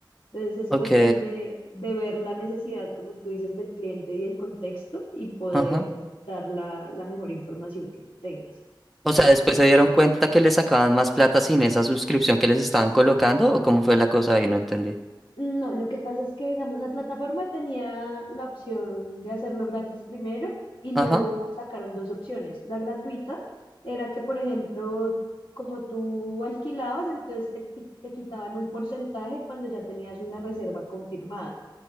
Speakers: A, on the left (about 80°); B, in the centre.
A: Entonces es
B: Ok,
A: cuestión de, de ver la necesidad, como tú dices, del cliente y el contexto y poder
B: ajá.
A: dar la, la mejor información que tú tengas.
B: O sea, después se dieron cuenta que le sacaban más plata sin esa suscripción que les estaban colocando o cómo fue la cosa ahí, no entendí.
A: No, lo que pasa es que, digamos, la plataforma tenía la opción de hacerlo gratis primero y
B: Ajá,
A: luego sacaron dos opciones. La gratuita era que, por ejemplo, como tú alquilabas, entonces te, qui- te quitaban un porcentaje cuando ya tenías una reserva confirmada.